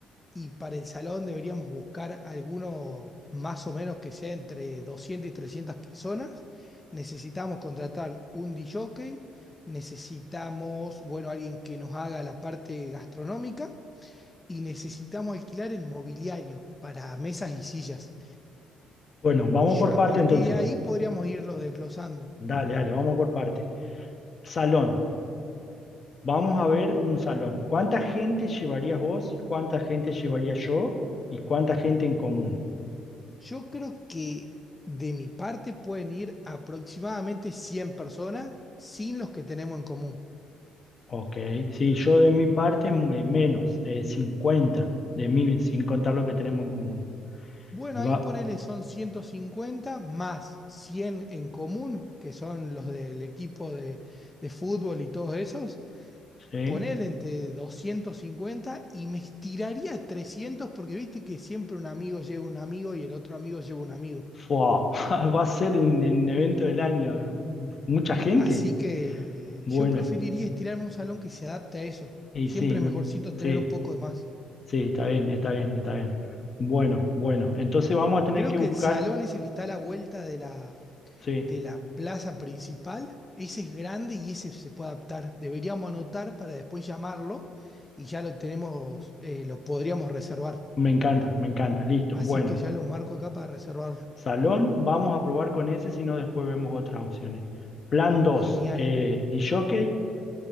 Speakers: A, on the left; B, on the left.
A: Y para el salón deberíamos buscar alguno más o menos que sea entre 200 y 300 personas. Necesitamos contratar un DJ, jockey, necesitamos, bueno, alguien que nos haga la parte gastronómica y necesitamos alquilar el mobiliario para mesas y sillas.
B: Bueno, vamos
A: Yo-
B: por
A: a
B: parte
A: partir
B: entonces.
A: de ahí podríamos irlo desglosando.
B: Dale, dale, vamos por parte. Salón. Vamos a ver un salón. ¿Cuánta gente llevarías vos? ¿Cuánta gente llevaría yo? ¿Y cuánta gente en común?
A: Yo creo que de mi parte pueden ir aproximadamente 100 personas sin los que tenemos en común.
B: Ok, sí, yo de mi parte me- menos, de 50 de mí, sin contar lo que tenemos en común.
A: Bueno,
B: Y
A: ahí
B: va,
A: ponele son 150 más 100 en común, que son los del equipo de, de fútbol y todos esos.
B: sí,
A: Ponele entre 250 y me estiraría a 300 porque viste que siempre un amigo lleva un amigo y el otro amigo lleva un amigo.
B: fua, <laughs> va a ser un, un evento del año. ¿Mucha gente?
A: Así que
B: Bueno,
A: yo preferiría estirarme a un salón que se adapte a eso.
B: y
A: Siempre
B: sí, me-
A: es mejorcito
B: sí,
A: tener un poco de más.
B: sí, está bien, está bien, está bien. Bueno, bueno, entonces vamos a tener
A: Creo
B: que
A: que
B: buscar,
A: el salón ese que está a la vuelta de la,
B: sí,
A: de la plaza principal. Ese es grande y ese se puede adaptar. Deberíamos anotar para después llamarlo y ya lo tenemos, eh, lo podríamos reservar.
B: me encanta, me encanta, listo.
A: Así
B: Bueno,
A: que ya lo marco acá para reservarlo.
B: salón, vamos a probar con ese, si no después vemos otras opciones. Plan dos,
A: Genial.
B: eh, disc jockey,